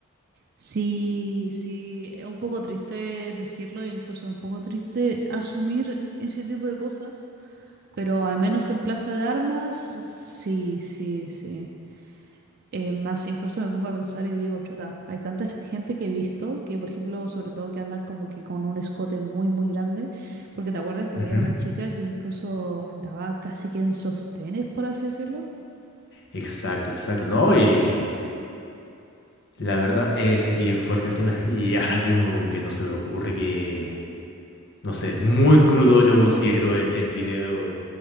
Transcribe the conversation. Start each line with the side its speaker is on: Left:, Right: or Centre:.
Right: Sí, sí, es un poco triste decirlo, e incluso un poco triste asumir ese tipo de cosas, pero al menos en Plaza de Armas, sí, sí, sí. Eh, más incluso me pongo a pensar y digo, chuta, hay tanta gente que he visto que, por ejemplo, sobre todo que andan como que con un escote muy, muy grande, porque te acuerdas que
Left: Ujú.
Right: había una chica que incluso andaba casi que en sostenes, por así decirlo.
Left: Exacto, exacto, ¿no? Y la verdad es bien fuerte el tema, <laughs> y ahora mismo como que no se me ocurre que... No sé, muy crudo yo considero el, el video